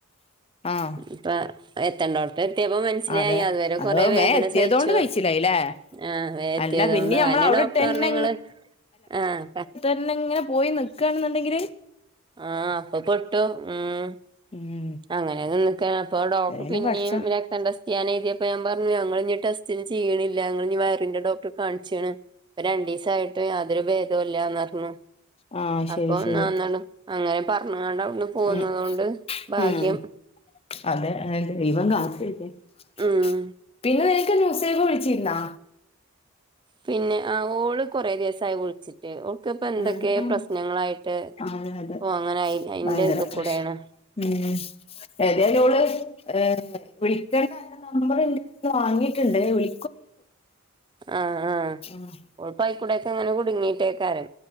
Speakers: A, on the left (about 25°); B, on the right (about 20°).
A: ആഹ്
B: ഇപ്പ എത്തണ്ടോട്ത്ത് എത്തിയപ്പോ മൻസ്സ്ലായി
A: അതെ
B: അതുവരെ
A: അത്
B: കൊറെ വേദന
A: മേ എത്തിയതുകൊണ്ട്
B: സഹിച്ചു.
A: കഴിച്ചില്ലായില്ലേ
B: ആഹ് വേംയെത്തീതോണ്ട്
A: അല്ല പിന്നെ നമ്മൾ
B: അനെ
A: അവിടെ
B: ഡോക്ടർ
A: ഇട്ട് തന്നെ
B: പറഞ്ഞ്ങ്ങള് ആഹ്
A: ഇന്നങ്ങനെ പോയി നിക്കാണ്ന്ന്ണ്ടെങ്കില്
B: ആഹ് അപ്പൊ പൊട്ടും ഉമ്.
A: ഉം
B: അങ്ങനെയൊന്നും നിക്ക അപ്പൊ ഡോക്ടർ
A: ഏതായാലും
B: പിന്നിം
A: പഠിച്ചോ
B: രക്ത് കണ്ട സ്കാൻ <unintelligible> ഞങ്ങളിഞ്ഞി ടെസ്റ്റിന് ചെയ്യ്ണില്ല ഞങ്ങളിഞ്ഞി വയറിന്റെ ഡോക്ടറെ കാണിച്ചാണ്. ഇപ്പം രണ്ടുസായിട്ടും യാതൊരു ഭേദവുല്ലന്നറഞ്ഞു
A: ആ ശരി
B: അപ്പൊ
A: ശരി
B: നന്നളും അങ്ങനെപറഞ്ഞ്കാണ്ട് അവ്ട്ന്ന് പോന്നതോണ്ട്
A: ഉം
B: ഭാഗ്യം.
A: ഉം അതെ ഏഹ് ദൈവം <unintelligible>
B: ഉം
A: പിന്നെ നിനക്ക് നുസൈബ വിളിച്ചീര്ന്നാ?
B: പിന്നെ ആ ഓള് കൊറേ ദിവസായി വിളിച്ചിട് ഓൾക്ക് ഇപ്പ എന്തൊക്കെ
A: ആഹ്
B: പ്രശ്നങ്ങളായിട്ട്
A: അതെ അതെ
B: പോ അങ്ങനെ അതിന്റെ
A: ഭയങ്കര
B: ഇതി
A: പ്രശ്നം
B: കൂടെയാണ്.
A: ഉം ഏതേലോള് ഏഹ് വിളിക്കണ്ടഅന്റെ നമ്പർ ഇന്റെട്ത്ത്ന്ന് വാങ്ങീട്ട്ണ്ട് വി
B: ആഹ് ആഹ്
A: ആഹ്
B: ഓൾ അയ്ക്കൂടൊക്കെ ഇങ്ങനെ കുടുങ്ങീട്ടെയ്കാരം.